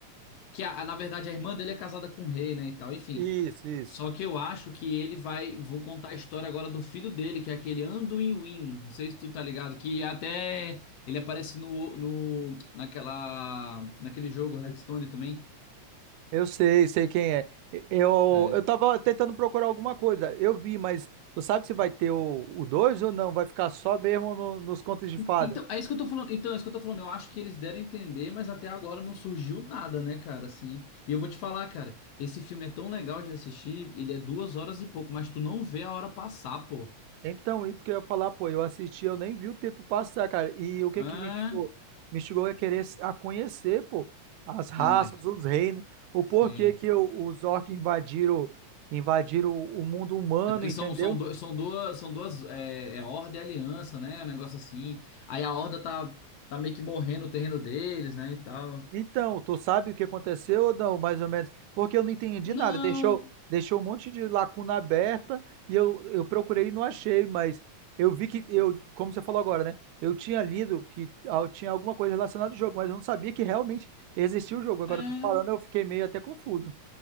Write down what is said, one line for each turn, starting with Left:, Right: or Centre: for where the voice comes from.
Left: Que a, a- na verdade a irmã dele é casada com o rei, né e tal, enfim.
Right: Isso, isso.
Left: Só que eu acho que ele vai. Vão contar a história agora do filho dele, que é aquele Anduin Win. Não sei se tu tá ligado, que até ele aparece no, no naquela naquele jogo Redstone também.
Right: Eu sei, sei quem é. Eu,
Left: É.
Right: eu tava tentando procurar alguma coisa. Eu vi, mas tu sabe se vai ter o, o 2 ou não? Vai ficar só mesmo no- nos contos de fada.
Left: Então, é isso que eu tô falando. Então, é isso que eu tô falando. Eu acho que eles deram a entender, mas até agora não surgiu nada, né, cara? Assim, e eu vou te falar, cara, esse filme é tão legal de assistir, ele é duas horas e pouco, mas tu não vê a hora passar, pô.
Right: Então, isso que eu ia falar, pô, eu assisti, eu nem vi o tempo passar, cara. E o que
Left: Ah,
Right: que me instigou? Me instigou a querer s- a conhecer, pô, as raças,
Left: é,
Right: os reinos, o porquê
Left: sim.
Right: que o- os orcs invadiram, invadiram o o mundo humano,
Left: É porque
Right: entendeu?
Left: são, são, do- são duas, são duas, é, é Horda e Aliança, né? Um negócio assim. Aí a Horda tá, tá meio que morrendo o terreno deles, né, e tal.
Right: Então, tu sabe o que aconteceu ou não, mais ou menos? Porque eu não entendi
Left: Não,
Right: nada. Deixou, deixou um monte de lacuna aberta e eu, eu procurei e não achei, mas eu vi que eu, como você falou agora, né? Eu tinha lido que ah, tinha alguma coisa relacionada ao jogo, mas eu não sabia que realmente existia o jogo. Agora
Left: é.
Right: tu falando, eu fiquei meio até confuso.